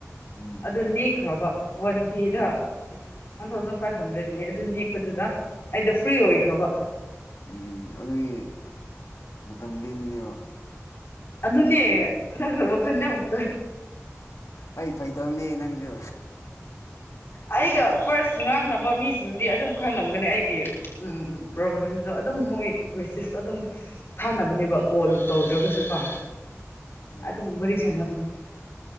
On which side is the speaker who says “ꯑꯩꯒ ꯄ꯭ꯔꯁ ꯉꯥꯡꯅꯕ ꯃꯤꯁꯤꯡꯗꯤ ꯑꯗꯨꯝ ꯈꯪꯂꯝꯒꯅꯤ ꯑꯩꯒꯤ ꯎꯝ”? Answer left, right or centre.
Left